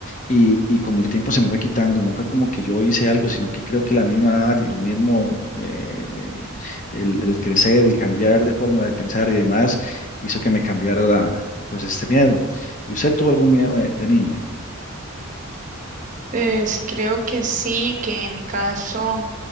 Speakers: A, on the left (about 35°); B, on the right (about 35°).
A: y, y con el tiempo se me fue quitando, no fue como que yo hice algo, sino que creo que la misma edad y lo mismo, eh, el, el crecer, el cambiar de forma de pensar y demás, hizo que me cambiara la, pues este miedo. ¿Y usted tuvo algún miedo de, de niña?
B: Pues creo que sí, que en mi caso